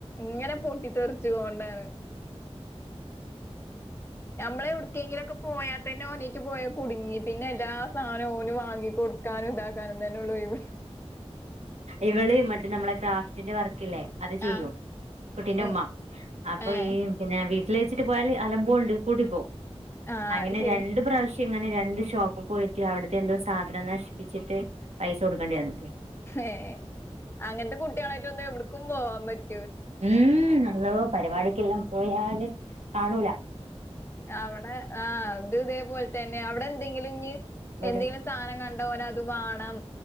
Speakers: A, on the left; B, on the right.
A: ഇങ്ങനെ പൊട്ടിത്തെറി ച്ച്കൊണ്ടാണ് ഞമ്മള് എവ്ടേക്കെങ്കിലു ഒക്കെ പോയാത്തെന്നെ ഓന് പോയാ കുടുങ്ങി പിന്നെ എല്ലാ സാനോം ഓന് വാങ്ങി കൊടുക്കാനും ഇതാക്കാനും ന്നന്നെഒള്ളു ഒഴിവ്
B: ഇവള് മറ്റെ നമ്മളെ ക്രാഫ്റ്റിന്റെ വർക് ക്കില്ലേ? അത് ചെയ്യും
A: ആഹ്
B: കുട്ടിന്റെ
A: ഉം
B: ഉമ്മ. അപ്പൊ
A: ഏഹ്
B: ഈ പിന്നെ വീ <unintelligible> പോയാല് അലമ്പോണ്ട് കൂട്ടി പോവും.
A: ആഹ്
B: അങ്ങനെ
A: അത് ശരിയാ
B: രണ്ട് പ്രാവശ്യ ക്ക് ഇങ്ങനെ രണ്ട് ഷോപ്പി പോയിട്ട് അവിടുത്തെ എന്തോ സാധനം നശിപ്പിച്ചിട്ട് പൈസ കൊടുക്കേണ്ടി വന്നു.
A: ഏഹ് അങ്ങനത്തെ കുട്ടികളായിട്ട് വന്നാ എവിട്ക്കും നോ <unintelligible>
B: മ്ഹ് അല്ലോ പരിപാടിക്കെല്ലാം പോയാല് കാണൂല.
A: അവടെ ആഹ് അത് ഇതേപോലതന്നെ. അവടെ എന്തെങ്കിലും ഞ്ഞ്
B: ഇവിടെ
A: എന്തേലും സാനം കണ്ടാ ഓനത് ത് വാണം.